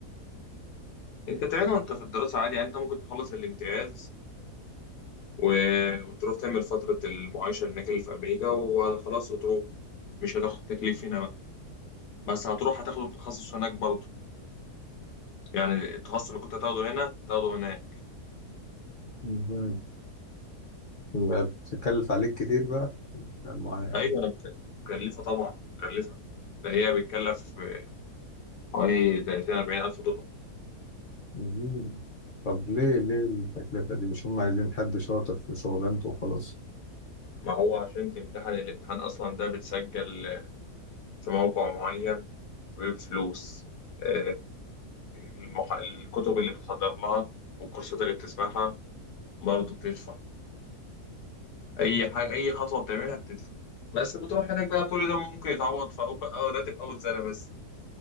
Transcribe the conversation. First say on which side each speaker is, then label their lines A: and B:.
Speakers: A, on the left (about 85°); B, on the left (about 45°).
A: انت تعالى وانت في الدراسه عادي يعني انت ممكن تخلص الامتياز و... وتروح تعمل فتره المعايشه هناك اللي في امريكا وخلاص وتروح مش هتاخد تكليف هنا بقى بس هتروح هتاخد التخصص هناك برضه يعني التخصص اللي كنت هتاخده هنا هتاخده هناك
B: مهم. يبقى بتكلف عليك كتير بقى المعادلة
A: ايوه مكلفه طبعا مكلفه ده هي بتكلف آه، حوالي 30 40 الف دولار
B: مهم. طب ليه ليه التكلفة دي؟ مش هم عايزين حد شاطر في شغلانته وخلاص؟
A: ما هو عشان تمتحن الامتحان اصلا ده بتسجل في موقع معين بفلوس آه، المح... الكتب اللي بتحضر لها والكورسات اللي بتسمعها برضه بتدفع أي حاجة أي خطوة بتعملها بتدفع بس بتروح هناك بقى كل ده ممكن يتعوض في أول أو راتب أول سنة بس